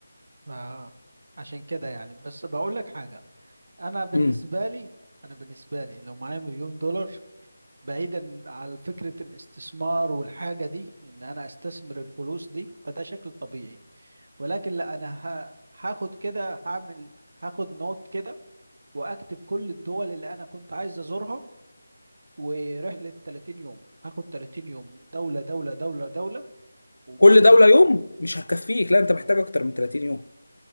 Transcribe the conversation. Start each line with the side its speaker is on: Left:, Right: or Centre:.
Right: ف- عشان كده يعني بس بقول لك حاجة أنا بالنسبة
Left: امم
Right: لي أنا بالنسبة لي لو معايا مليون دولار بعيدا عن فكرة الاستثمار والحاجة دي إن أنا أستثمر الفلوس دي فده شكل طبيعي ولكن لا أنا ه- هاخد كده هعمل هاخد نوت كده واكتب كل الدول اللي انا كنت عايز ازورها ورحله 30 يوم هاخد 30 يوم دوله دوله دوله دوله وبعدين
Left: كل دوله
Right: أ-
Left: يوم مش هتكفيك لا انت محتاج اكتر من 30 يوم